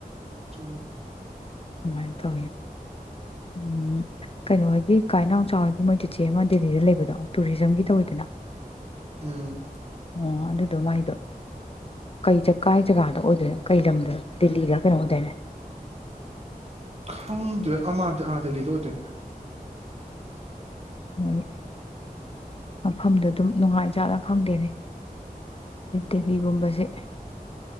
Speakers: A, on the right; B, on the left.
A: ꯑ
B: ꯑꯗꯨꯃꯥꯏꯅ ꯇꯧꯋꯤ ꯎ ꯀꯩꯅꯣꯒꯤ ꯀꯥꯏꯅꯥꯎꯆꯒꯤ ꯃꯣꯏ ꯆꯤꯆꯦ ꯑꯃ ꯗꯦꯜꯂꯤꯗ ꯂꯩꯕꯗꯣ ꯇꯨꯔꯤꯖꯝꯒꯤ ꯇꯧꯋꯤꯗꯅ
A: ꯎꯝ
B: ꯑꯣ ꯑꯗꯨꯗꯣ ꯃꯥꯏꯗꯣ ꯀꯩ ꯀꯥꯏ ꯖꯒꯥꯗ ꯑꯣꯏꯗꯣꯏꯅꯣ ꯀꯩ ꯂꯝꯗ ꯗꯦꯜꯂꯤꯗ ꯀꯩꯅꯣ ꯑꯣꯏꯗꯣꯏꯅꯦ
A: ꯍꯪꯗ ꯑꯗ ꯑꯗꯜꯂꯤꯗ ꯍꯧꯖꯅꯦ
B: ꯃꯣꯏ ꯃꯐꯝꯗ ꯑꯗꯨꯝ ꯅꯨꯡꯉꯥꯏꯖꯥꯠꯅ ꯈꯪꯗꯦꯅꯦ ꯗꯦꯜꯂꯤꯒꯨꯝꯕꯁꯦ